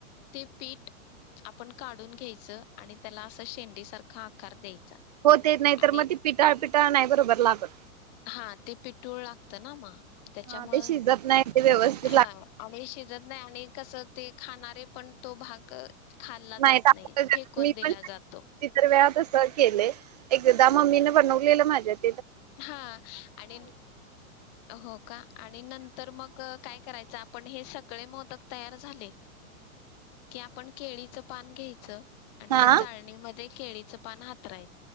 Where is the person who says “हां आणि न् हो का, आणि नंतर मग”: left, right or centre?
Left